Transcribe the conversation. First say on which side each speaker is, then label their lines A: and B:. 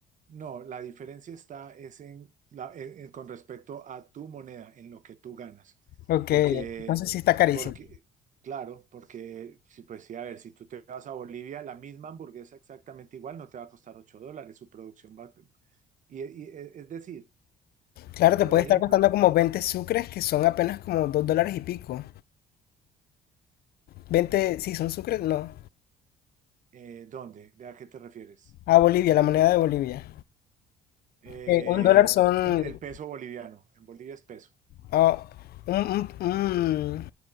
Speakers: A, on the right; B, on the left.
A: No, la diferencia está es en la- en- en- con respecto a tu moneda, en lo que tú ganas.
B: Ok,
A: Porque,
B: entonces sí está carísimo.
A: porque, claro, porque, si pues sí, a ver, si tú te vas a Bolivia, la misma hamburguesa exactamente igual no te va a costar 8 dólares, su producción va... a- Y, y- e, es decir,
B: Claro, te
A: Por
B: puede estar
A: ejemplo,
B: costando
A: cu-
B: como 20 sucres, que son apenas como 2 dólares y pico. 20, sí, son sucres, no.
A: eh, ¿dónde? ¿De a qué te refieres?
B: A Bolivia, la moneda de Bolivia.
A: Eh,
B: Eh, un dólar son
A: el el peso boliviano. En Bolivia es peso.
B: Ah, un, un-